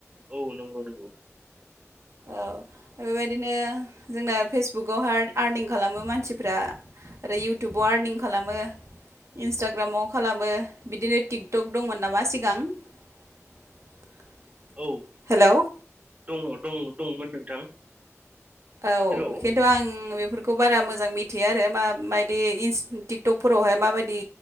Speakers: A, on the right (about 25°); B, on the right (about 65°).
A: औ नंगौ नंगौ
B: औ बेबायदिनो जोंना फेसबुकआव हार्ड आरनिं खालामो मानसिफ्रा आरो इउटुबाव आरनिं खालामो इन्सटाग्रामाव खालामो बिदिनो टिकटक दंमोन नामा सिगां <inaudible>
A: औ
B: हेलौ
A: दङ दङ दङमोन नोंथां
B: औ
A: हेलौ
B: खिन्थ' आं बेफोरखौ बारा मोजां मिथियो आरो म मायदि टिकटकफोरावहाय माबायदि